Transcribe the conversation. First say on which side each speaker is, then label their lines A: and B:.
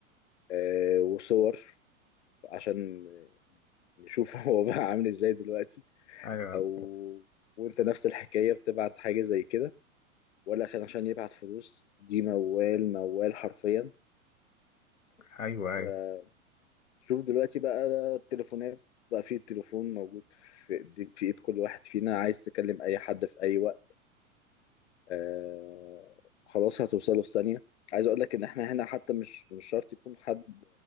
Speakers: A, on the left (about 60°); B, on the left (about 75°).
A: آه، وصور عشان نشوف <laughs> هو بقى عامل ازاي دلوقتي
B: ايوه
A: او وانت نفس الحكاية بتبعت حاجة زي كده ولا كان عشان يبعت فلوس دي موال موال حرفيا
B: ايوه ايوه
A: ف- شوف دلوقتي بقى التليفونات بقى فيه التليفون موجود في ايد في ايد كل واحد فينا عايز تكلم اي حد في اي وقت آه خلاص هتوصله في ثانية عايز اقول لك ان احنا هنا حتى مش مش شرط يكون حد